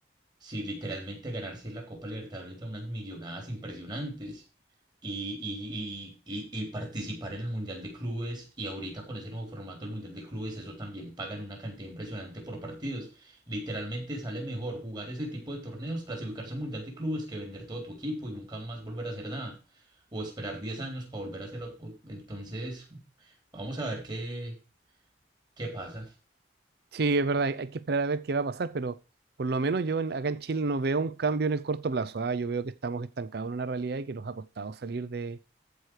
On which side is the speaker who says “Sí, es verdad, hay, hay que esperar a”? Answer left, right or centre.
Right